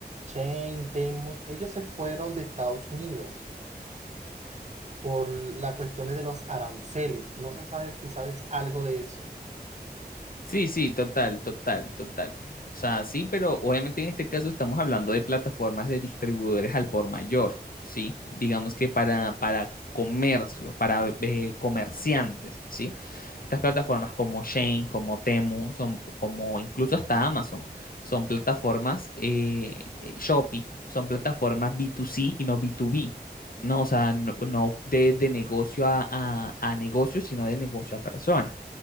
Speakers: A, on the right; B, on the left.
A: Chain, Temos, ellos se fueron de Estados Unidos por las cuestiones de los aranceles. No sé sabe si sabes algo de eso.
B: Sí, sí, total, total, total. O sea, sí, pero obviamente en este caso estamos hablando de plataformas de distribuidores al por mayor, ¿sí? Digamos que para, para comercio, para eh, comerciantes, ¿sí? Estas plataformas como Shane, como Temu, son como incluso hasta Amazon, son plataformas eh, eh, Shopee, son plataformas B2C y no B2B, ¿no? O sea, no, no de, de negocio a, a a negocio, sino de negocio a persona.